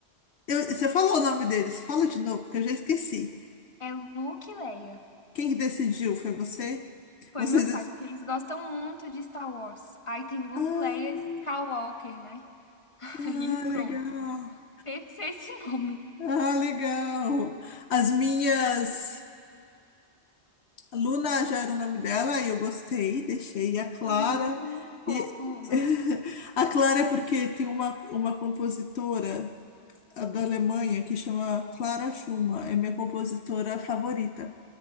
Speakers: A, on the left; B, on the left.
A: eu- você falou o nome deles, fala de novo, porque eu já esqueci.
B: É Luke e Leia.
A: Quem que decidiu? Foi você?
B: Foi
A: Vocês.
B: meus pais, porque eles gostam muito de Star Wars. Aí tem Luke,
A: Ah,
B: Leia e Skywalker, né? <laughs>
A: ah,
B: Aí pronto.
A: legal.
B: Teve que ser esse nome.
A: Ah, legal. As minhas. Luna já era o nome dela e eu gostei, deixei. E a Clara.
B: Aham. Muito fofo,
A: E...
B: Luna.
A: <laughs> A Clara, é porque tem uma, uma compositora a da Alemanha que chama Clara Schumann, é minha compositora favorita.